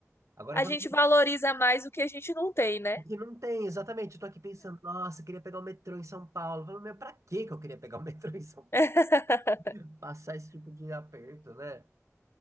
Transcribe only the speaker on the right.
Agora,
quando
a gente.
O que não tem, exatamente. Eu tô aqui pensando, nossa, eu queria pegar o metrô em São Paulo. Eu falo, meu, pra que que eu queria pegar o <laughs> metrô em São Paulo?
Passar esse tipo de aperto, né?